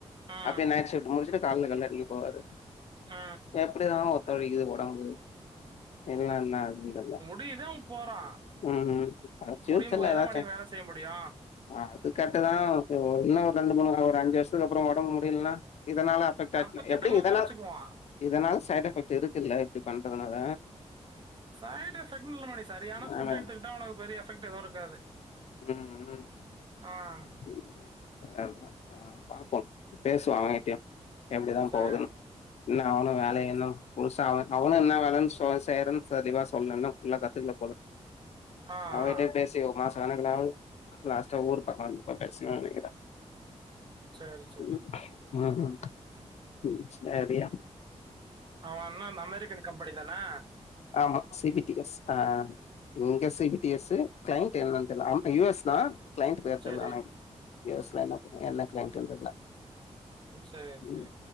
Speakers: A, on the right; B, on the left.
A: ஆ
B: அப்பியே நைட் ஷிஃப்ட்டு முடிச்சுட்டு கால்ல கள்ளடிக்க போவாரு
A: ஆ
B: எப்பிடிதா ஒத்துழைகிது ஒடம்பு எங்குளுலா என்ன இருகுன் தெர்ல
A: டியுது அவம் போறா
B: ம். ஃப்யூச்சர்ல
A: முடியும் போயேதா
B: ஏதாச்சும்
A: மணி வேல செய்ய முடியு
B: அது கர்ட்டுதா இது ஒ இன்னு ஒரு ரெண்டு மூனு ஒரு அஞ்சு வருஷத்துகப்புறோ ஒடம்பு முடில்னா இதனால அப் கட்டாச்சுனா
A: அப்ப திட்டமா
B: எப்டி இதனால்
A: கொறச்சுக்குவான்.
B: இதனால சைட் எஃபெக்ட் இருக்குல்ல இப்டி பண்றதனால
A: சைடு எஃபக்ட்டுன் இல்ல மணி சரியான ஃபுட்டு
B: ஆமா.
A: எட்த்துகிட்டா ஒனகு பெரிய எஃபெக்ட் ட்டு எது இருக்காது
B: ம், ம்.
A: ஆ
B: <unintelligible> பாப்போம் பேசுவோ அவங்கிட்டியு எப்டிதாம்
A: சரி,
B: போவுதுன்னு இன்னு அவுனு வேலய
A: சரி,
B: இன்னு
A: சரி.
B: முழுசா அவெ அவனு என்னா வேலன் சொ செய்றன் சளிவா சொல்ல இன்னு ஃபுல்லா கத்துக்ல போல
A: ஆ
B: அவகிட்ட
A: ஆ
B: பேசி ஒரு மாசோ கணகுல ஆவுது லாஸ்ட்டா ஊருப்பக்கோ வந்தப்ப பேச்னே நெனைகிறே
A: சரி, சரி.
B: ம் ம் ம் ம் செரியா
A: அவெ என்ன அந்த அமெரிக்கன் கம்பெனிதானே
B: ஆமா சி பி டி எஸ் அ இங்க C P T S client என்னன் தெர்ல அம்ப்ப யூ எஸ் தான் கிளைண்ட்டு பே தெர்ல
A: சரி,
B: அனைங் யு எஸ்ல என்னப் என்ன கிளைண்ட்டுன் தெர்ல
A: ம் சேர் சே
B: ம்